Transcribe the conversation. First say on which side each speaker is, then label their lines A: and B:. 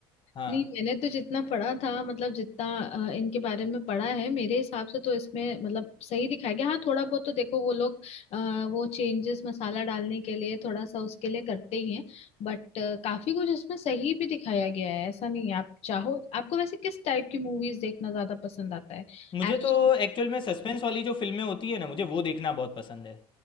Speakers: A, on the left (about 40°); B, on the left (about 55°).
A: हाँ,
B: नहीं मैंने तो जितना पढ़ा था मतलब जितना अ, इनके बारे में पढ़ा है मेरे हिसाब से तो इसमें मतलब सही दिखाया गया हाँ थोड़ा बहुत तो देखो वो लोग अ, वो चेंजेस मसाला डालने के लिए थोड़ा सा उसके लिए करते ही हैं बट काफी कुछ इसमें सही भी दिखाया गया है ऐसा नहीं है आप चाहो आपको वैसे किस टाइप की मूवीज देखना ज्यादा पसंद आता है
A: मुझे
B: एक्शन
A: तो एक्चुअल में सस्पेंस वाली जो फ़िल्में होती है ना, मुझे वो देखना बहुत पसंद है।